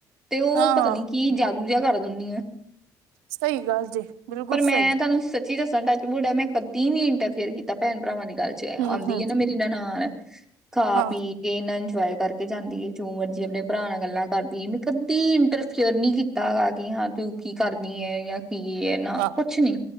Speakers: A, in the centre; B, on the right (about 85°).
A: ਤੇ ਉਹ
B: ਹਾਂ
A: ਪਤਾ ਨੀ ਕੀ ਜਾਦੂ ਜਿਹਾ ਕਰ <unintelligible>
B: ਸਹੀ ਗੱਲ ਜੇ ਬਿਲਕੁਲ
A: ਪਰ
B: ਸਹੀ
A: ਮੈਂ ਤੁਹਾਨੂੰ ਸੱਚੀ ਦੱਸਾਂ ਟੱਚ ਬੁਡ ਐ ਮੈਂ ਕਦੀ ਨੀ ਇੰਟਰਫੇਅਰ ਕੀਤਾ ਭੈਣ ਭਰਾਵਾਂ ਨੇ ਗੱਲ ਚ
B: ਹਮ
A: ਆਦੀ
B: ਹਮ
A: ਹੈ ਨਾ ਮੇਰੀ ਨਨਾਣ ਖਾ
B: ਹਾਂ
A: ਪੀ ਕੇ ਇਨਾ ਇੰਜੋਏ ਕਰਕੇ ਜਾਂਦੀ ਹੈ ਜੋ ਮਰਜ਼ੀ ਆਪਣੇ ਭਰਾ ਨਾਲ ਗੱਲਾਂ ਕਰਦੀ ਹੈ ਮੈਂ ਕਦੀ ਇੰਟਰਫੇਅਰ ਨੀ ਕੀਤੀ। ਤਾ ਗਾ ਕਿ ਹਾਂ, ਤੂੰ ਕੀ ਕਰਨੀ ਹੈ ਜਾਂ ਕੀ ਹੈ ਨਾ
B: ਹਾਂ
A: ਕੁਛ ਨੀ